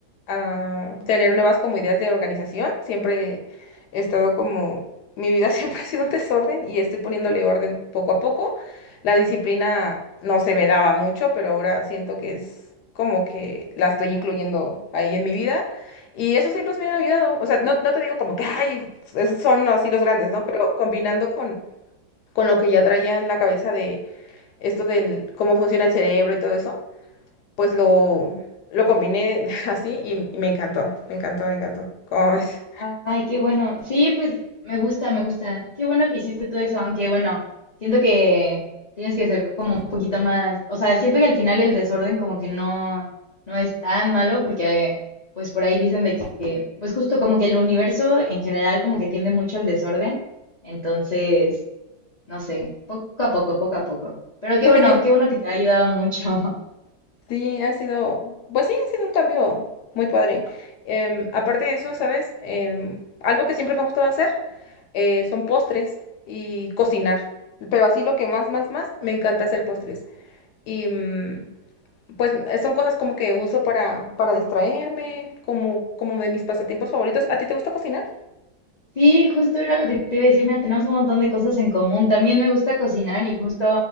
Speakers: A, on the left (about 70°); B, on the left (about 90°).
A: a tener nuevas como ideas de organización. Siempre he estado como, mi vida <laughs> siempre ha sido un desorden y estoy poniéndole orden poco a poco. La disciplina no se me daba mucho, pero ahora siento que es como que la estoy incluyendo ahí en mi vida. Y esos libros me han ayudado. O sea, no, no te digo como que, ay, esos son así los grandes, ¿no? Pero combinando con, con lo que ya traía en la cabeza de esto del cómo funciona el cerebro y todo eso, pues lo, lo combiné <laughs> así y, y me encantó, me encantó, me encantó. ¿Cómo ves?
B: Ay, qué bueno. Sí, pues me gusta, me gusta. Qué bueno que hiciste todo eso, aunque bueno, siento que tienes que ser como un poquito más, o sea, siento que al final el desorden como que no, no es tan malo porque pues por ahí dicen de que, pues justo como que el universo en general como que tiende mucho al desorden, entonces, no sé, poco a poco, poco a poco. Pero qué
A: <laughs>
B: bueno, qué bueno que te ha ayudado mucho. <laughs>
A: Sí, ha sido, pues sí, ha sido un cambio muy padre. Em, aparte de eso, ¿sabes? Em, algo que siempre me ha gustado hacer eh, son postres y cocinar. Pero así lo que más, más, más, me encanta hacer postres. Y mm, pues eh, son cosas como que uso para, para distraerme, como, como de mis pasatiempos favoritos. ¿A ti te gusta cocinar?
B: Sí, justo era lo que te iba a decir. Mira, tenemos un montón de cosas en común. También me gusta cocinar y justo